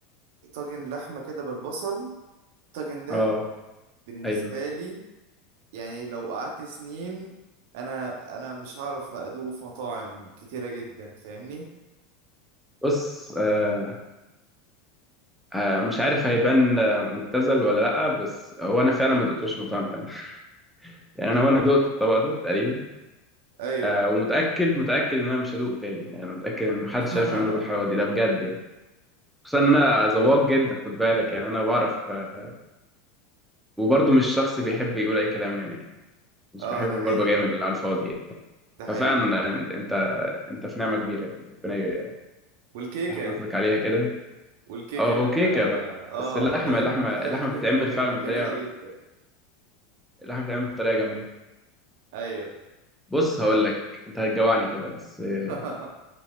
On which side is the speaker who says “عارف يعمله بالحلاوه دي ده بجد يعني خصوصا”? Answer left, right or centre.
Centre